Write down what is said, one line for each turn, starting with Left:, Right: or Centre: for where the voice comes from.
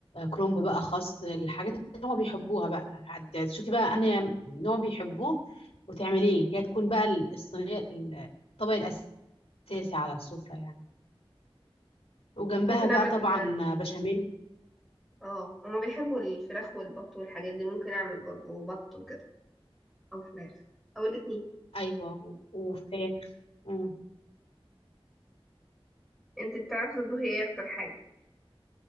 Left: كرنب بقى خس الحاجات اللي هم بيحبوها بقى هت- تشوفي بقى انا نوع بيحبوه وتعمليه هي تكون بقى الصينيه الطبق الاساسي على السفره يعني وجنبها
Centre: ممكن
Left: بقى
Centre: أعمل
Left: طبعا بشاميل
Centre: اه هما بيحبوا الفراخ والبط والحاجات دي ممكن أعمل برضه بط وكده أو فراخ أو الاتنين
Left: ايوه وفراخ مم.
Centre: انت بتعرفي تطبخي ايه اكتر حاجة